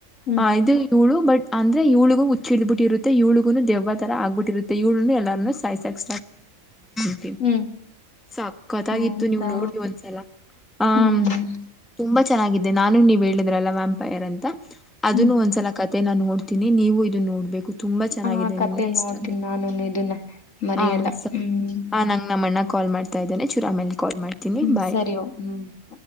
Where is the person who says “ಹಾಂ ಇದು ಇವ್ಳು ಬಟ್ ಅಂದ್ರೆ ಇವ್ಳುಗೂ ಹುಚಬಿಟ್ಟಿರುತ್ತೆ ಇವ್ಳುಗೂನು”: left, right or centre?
Centre